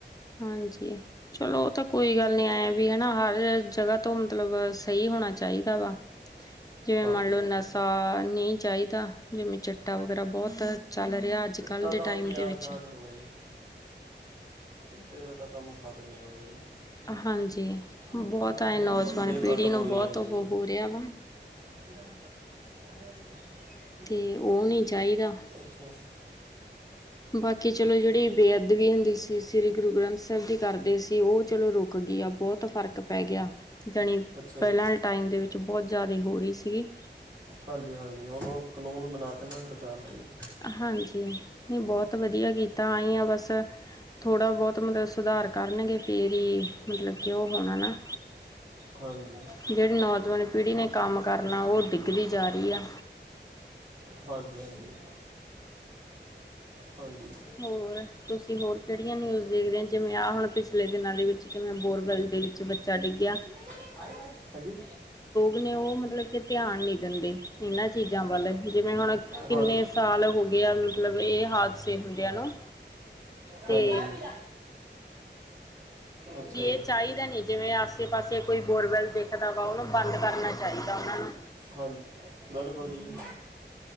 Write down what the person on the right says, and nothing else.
ਹਾਂਜੀ
ਹਾਂਜੀ
ਚਿੱਟਾ
ਤਾਂ ਹੁਣ
ਪੰਜਾਬ
ਚ ਆਮ ਹੀ ਹੋ ਗਈ। ਚਿੱਟੇ ਦਾ ਤਾਂ ਕੰਮ ਖ਼ਤਮ ਨੀ ਹੋਣਾ ਜੀ।
ਹੁਣ
ਬੰਦੇ
ਖਤਮ
ਹੋਈ
ਜਾਂਦੇ
ਜੀ
<inaudible>
ਅੱਛਾ
ਅੱਛਾ
ਜੀ
ਹਾਂਜੀ ਹਾਂਜੀ, ਹੁਣ ਉਹ ਕਾਨੂੰਨ ਬਣਾ ਤਾ ਨਾ ਸਰਕਾਰ ਨੇ ਜੀ।
ਹਾਂਜੀ
ਹਾਂਜੀ -ਹਾਂਜੀ, ਹਾਂਜੀ।
<inaudible> ਹਾਂਜੀ।
ਹਾਲ
<unintelligible>
ਹਾਂਜੀ। ਅੱਛਾ
ਜੀ
ਹਾਂਜੀ ਬਿਲਕੁਲ ਜੀ।